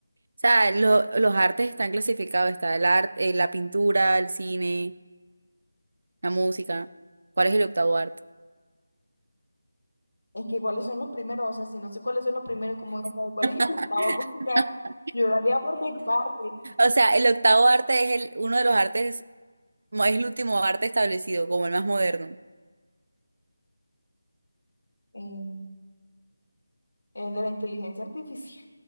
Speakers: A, on the right; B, on the left.
A: O sea, lo- los artes están clasificados, está el arte, eh, la pintura, el cine, la música. ¿Cuál es el octavo arte?
B: Es que cuáles son los primeros, o sea, si no sé cuáles son los primeros, ¿cómo voy a saber
A: <laughs>
B: cuál es el octavo? <laughs> O sea, yo lo haría por descarte.
A: O sea, el octavo arte es el, uno de los artes, no, es el último arte establecido, como el más moderno.
B: Eh, el de la inteligencia artificial.